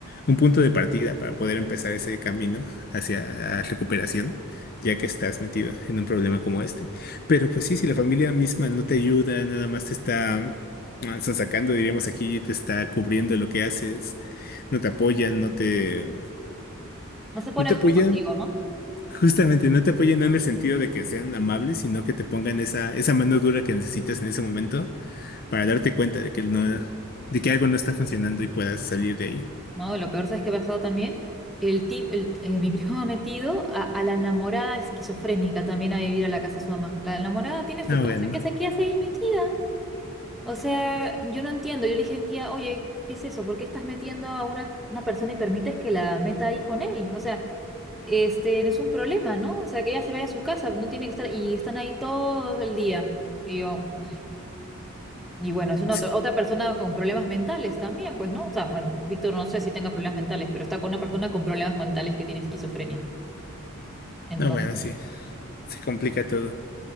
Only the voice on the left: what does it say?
un punto de partida para poder empezar ese camino hacia la recuperación, ya que estás metido en un problema como este. Pero pues sí, si la familia misma no te ayuda, nada más te está ah, están sacando, diríamos aquí, te está cubriendo lo que haces, no te apoyan, no te,
no te
apoyan,
justamente no te apoyan no en el sentido de que sean amables, sino que te pongan esa, esa mano dura que necesitas en ese momento para darte cuenta de que no, de que algo no está funcionando y puedas salir de ahí.
No,
bueno,
sí,
no, bueno, sí, se complica todo.